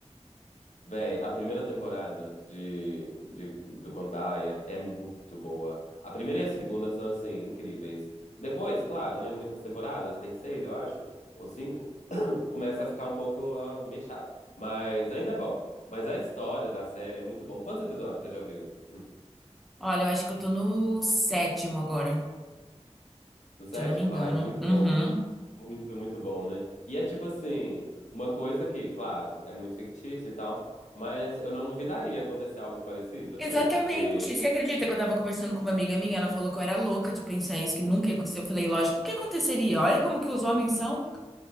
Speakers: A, on the left (about 85°); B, in the centre.
A: Véi, a primeira temporada de, de, do Condaia é muito boa. A primeira e a segunda são, assim, incríveis. Depois, claro, né? Muitas temporadas, tem seis, eu acho, ou cinco. Começa a ficar um pouco ah, meio chato. Mas ainda é bom. Mas a história da série é muito bom. Quantos episódios você já viu? Hum,
B: Olha, eu acho que eu tô no sétimo agora,
A: No sétimo?
B: se eu não me engano.
A: Ai, muito
B: Uhum.
A: bom. Muito, muito bom, né? E é tipo assim, uma coisa que, claro, é muito fictícia e tal. Mas eu não duvidaria acontecer algo parecido, assim,
B: Exatamente.
A: se
B: Você acredita que eu tava conversando com uma amiga minha? Ela falou que eu era louca de pensar isso, que nunca ia acontecer. Eu falei, lógico, o que aconteceria? Olha como que os homens são.